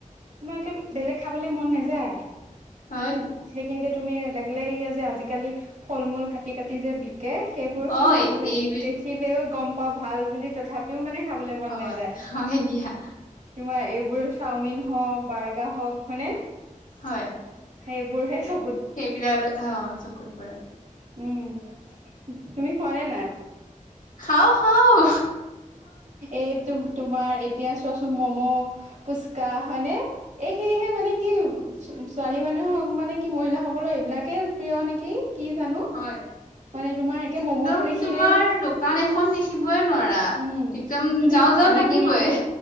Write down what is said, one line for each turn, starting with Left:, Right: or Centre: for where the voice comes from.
Right: তোমাৰ কে বেলেগ খাবলে মন নাযায়।
Left: হয় দিয়া।
Right: সেইখিনিতে তুমি লাগিলে এইয়া যে আজিকালি ফল মূল কাটি- কাটি যে বি কে সেইবোৰ চোন
Left: অ
Right: খাবলে
Left: এই
Right: দেখিলেও গম পাও ভাল বুলি তথাপিও মানে খাবলৈ মন
Left: হয়
Right: নাযায়,
Left: হয় দিয়া
Right: তোমাৰ এইবোৰ চাওমিন হওক বাৰ্গাৰ হওক হয়নে।
Left: হয়।
Right: সেইবোৰ হে চ
Left: সেইবিলাক অ' চকুত পৰে।
Right: উম, তুমি খোৱা নে নাই।
Left: খাওঁ- খাওঁ।
Right: এই তম তোমাৰ এতিয়া চোৱা মম' পুচকা হয় নে এইখিনিহে মানে কি ছোৱালী মানুহক মানে কি মহিলাসকলৰ এইবিলাকে প্ৰিয় নেকি। কি জানো,
Left: হয়
Right: মানে তোমাৰ একে
Left: একদম
Right: মম'টো দেখিলেও
Left: তোমাৰ দোকান এখন দেখিবই নোৱাৰা।
Right: উম,
Left: একদম
Right: তুমি
Left: যাওঁ
Right: এইটো
Left: যাওঁ
Right: পানী
Left: লাগিবই
Right: পুৰিটোৱে